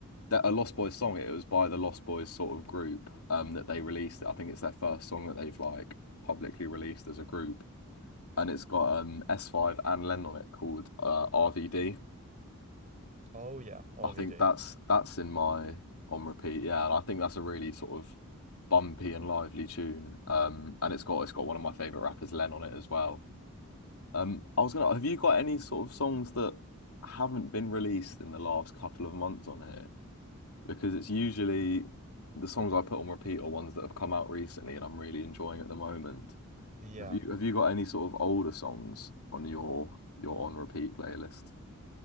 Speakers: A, on the left; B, on the right.
A: that a Lost Boys song. It was by the Lost Boys sort of group um that they released. I think it's their first song that they've like publicly released as a group. And it's got um S5 and Len on it called uh, RVD.
B: oh yeah, RVD.
A: I think that's that's in my on repeat, yeah. And I think that's a really sort of bumpy and lively tune. Um and it's got it's got one of my favorite rappers, Len, on it as well. Um, I was gonna, have you got any sort of songs that haven't been released in the last couple of months on here? Because it's usually the songs I put on repeat are ones that have come out recently and I'm really enjoying at the moment.
B: Yeah.
A: Have you have you got any sort of older songs on your your on repeat playlist?